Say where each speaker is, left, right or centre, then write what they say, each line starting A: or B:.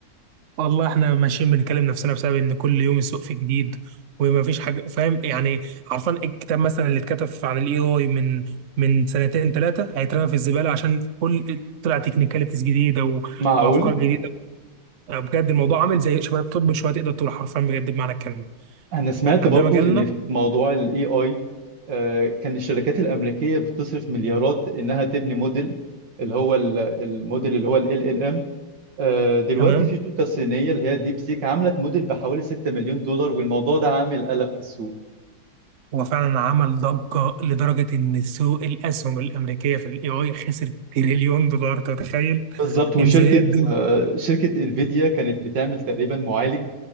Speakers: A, on the right (about 75°); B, on the right (about 55°).
A: والله احنا ماشيين بنكلم نفسنا بسبب ان كل يوم السوق فيه جديد وما فيش حاجه فاهم يعني عارفان الكتاب مثلا اللي اتكتب عن الاي اي من من سنتين ثلاثه هيترمى في الزباله عشان كل طلع تكنيكاليتيز جديده و...
B: معقول؟
A: وافكار جديده يعني بجد الموضوع عامل زي شبه الطب شويه تقدر تقول حرفيا بجد بمعنى الكلمه
B: انا سمعت
A: عندما
B: برضو
A: جالنا
B: ان في موضوع الاي اي كان الشركات الامريكيه بتصرف مليارات انها تبني موديل اللي هو ال- الموديل اللي هو ال ال ام دلوقتي
A: تمام
B: في شركه صينيه اللي هي ديب سيك عملت موديل بحوالي 6 مليون دولار والموضوع ده عامل قلق في السوق
A: هو فعلا عمل ضجه لدرجه ان سوق الاسهم الامريكيه في الاي اي خسر تريليون دولار أنت متخيل
B: بالظبط وشركه
A: دي ميزانيات دول
B: آه، شركه انفيديا كانت بتعمل تقريبا معالج